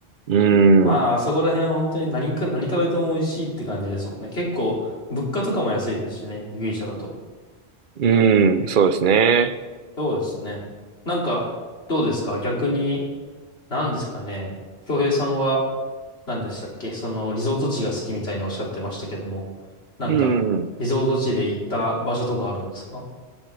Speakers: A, on the right; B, on the left.
A: うん。
B: まああそこら辺は本当に何か何食べても美味しいって感じですもんね。結構物価とかも安いですしね、ギリシャだと。
A: うん、そうですね。
B: そうですね。なんか、どうですか逆に、何ですかね。京平さんは何でしたっけそのリゾート地が好きみたいにおっしゃってましたけども、なんかリゾート地で行った場所とかあるんですか
A: うん。